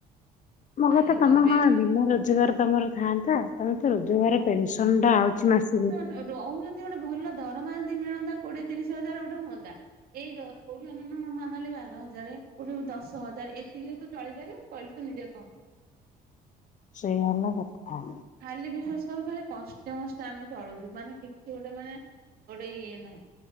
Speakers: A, on the left (about 45°); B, on the right (about 60°).
A: ମୋ
B: ଖାଲି
A: କଥା ତମେ
B: କହିବେ
A: ହଁ ବିନା ରୋଜଗାର ତମର ଥାଆନ୍ତା ତମେ ତ ରୋଜଗାର। ପେନସନ ଟା ଆଉଛି ମାସକୁ।
B: ଏ ରହୁଛନ୍ତି ଗୋଟେ ଭଲ ଦରମା ଯଦି ମିଳନ୍ତା କୋଡିଏ ତିରିଶ ହଜାର ଗୋଟେ ହୁଅନ୍ତା। ଏଇ ଦ କୋଉଠି ଅନଉନୁ ମାମାଲିି ବାର ହଜାରେ କୋଉଠି ଦଶ ହଜାର ଏତିକିରେ ତୁ ଚଳିପାରିବୁ। କହିଲୁ ତୁ ନିଜେ କହ।
A: ସେୟା ହେଲା କଥା।
B: ଖାଲି ବିଶ୍ଵାସ କର ଖାଲି କଷ୍ଟେ ମଷ୍ଟେ ଆମେ ଚଳୁଛୁ ମାନେ କିଛି ଗୋଟେ ମାନେ ଗୋଟେ ଇଏ ନାହିଁ।